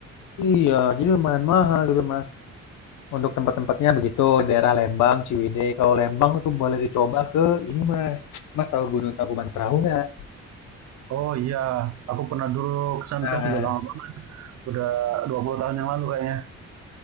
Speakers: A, on the left; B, on the right.
A: Iya, jadi lumayan mahal gitu Mas, untuk tempat-tempatnya begitu, daerah Lembang, Ciwidey. Kalau Lembang itu boleh dicoba ke ini Mas, Mas tahu Gunung Tangkuban Perahu nggak?
B: Oh iya, aku pernah dulu ke Suntec
A: Nah,
B: tidak lama banget, udah 20 tahun yang lalu kayaknya.